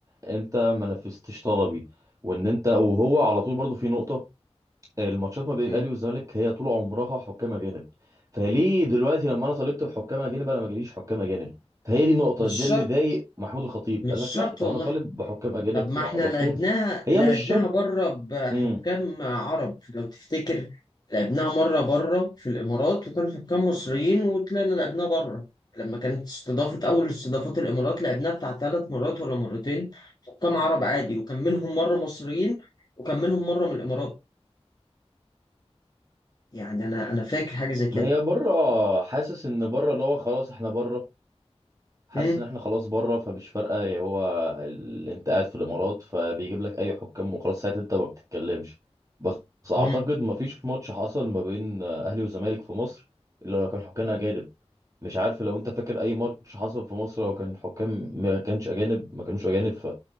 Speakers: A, on the right; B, on the left.
A: انت ما نفذتش طلبي وان انت وهو على طول برضه في نقطه الماتشات ما بين
B: م-
A: الاهلي والزمالك هي طول عمرها حكام اجانب فليه دلوقتي لما انا طالبت بحكام اجانب انا ما جاليش حكام اجانب فهي دي النقطه
B: مش
A: دي
B: شرط
A: اللي ضايق محمود الخطيب
B: مش
A: قال لك
B: شرط
A: لا طب
B: والله
A: انا طالب بحكام اجانب
B: طب ما
A: وعلى
B: احنا لعبناها
A: طول هي
B: لعبناها
A: مش شرط
B: بره بحكام
A: امم
B: عرب لو تفتكر لعبناها مرة بره في الإمارات وكانوا حكام مصريين وطلعنا لعبناها بره لما كانت استضافة أول استضافات الإمارات لعبناها بتاع ثلاث مرات ولا مرتين حكام عرب عادي وكان منهم مرة مصريين وكان منهم مرة من الإمارات يعني أنا أنا فاكر حاجة زي كده
A: ما هي بره حاسس ان بره اللي هو خلاص احنا بره حاسس
B: مم؟
A: ان احنا خلاص بره فمش فارقه يا هو ال... انت قاعد في الامارات فبيجيب لك اي حكام وخلاص ساعتها انت ما بتتكلمش بس اعتقد
B: مم؟
A: ما فيش ماتش حصل ما بين اهلي وزمالك في مصر اللي هو كان حكام اجانب مش عارف لو انت فاكر اي ماتش حصل في مصر لو كان الحكام ما كانش اجانب ما كانوش اجانب ف